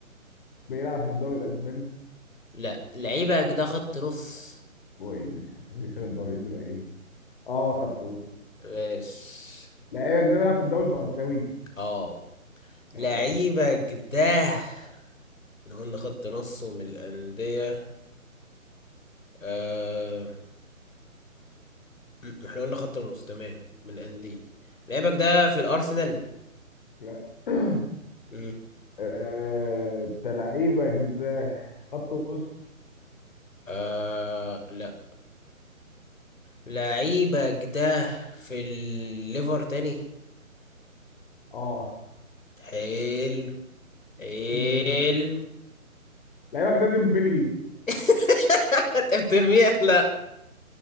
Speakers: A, on the left; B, on the left.
A: بيلعب في الدوري الإسباني
B: لا لعيبك ده خط نص
A: كويس مفيش غير الدوري اللي بقى ايه اه خط وسط
B: ماشي
A: لعيبك ده بيلعب في الدوري الفرنساوي
B: اه لعيبك
A: اه
B: ده احنا قلنا خط نص ومن الأندية آه... م- احنا قلنا خط نص تمام من الأندية لعيبك ده في الأرسنال
A: لا <coughs> <clears throat>
B: م.
A: آه، انت لعيبك ده خط وسط
B: آه... لا لعيبك ده في الليفر تاني
A: اه
B: حلو حلو
A: مم. لعيبك ده ديمبلي
B: <laughs> انت بترميها لا